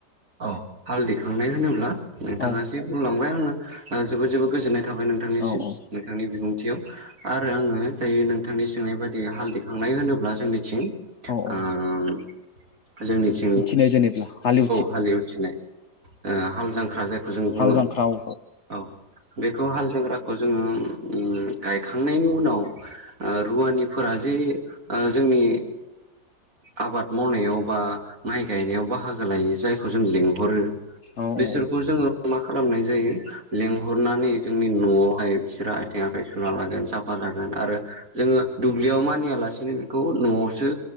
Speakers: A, on the right; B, on the left.
A: अ हाल दिखांनाय होनोब्ला नोंथाङा
B: औ
A: जि बुंलांबाय आङो जोबोद जोबोद गोजोननाय थाबाय नों नोंथांनिसिम
B: औ औ
A: नोंथांनि बिबुंथियाव आरो आङो दायो नोंथांनि सोंनायबादि हाल दिखांनाय होनोब्ला जोंनिथिं
B: औ औ
A: ओम जोंनिथिं
B: होननाय जेनेब्ला हालि
A: हालि उथिनाय हाल जांख्रा जायखौ जों बुङो
B: हाल जांख्रा औ
A: औ। बेखौ हाल जांख्राखौ जोङो ओम गायखांनायनि उनाव ओ रुवानिफोरा जे ओ जोंनि आबाद मावनायाव बा माइ गायनायाव बाहागो लायो जाय खौ जों लिंहरो
B: औ
A: बिसोरखौ
B: औ
A: जोङो मा खालामनाय जायो लेंहरनानै जोंनि न'आवहाय बिसोरो आथिं आखाइ सुना लागोन साफा जागोन आरो जोङो दुब्लियाव मानियालासिनो बेखौ न'आवसो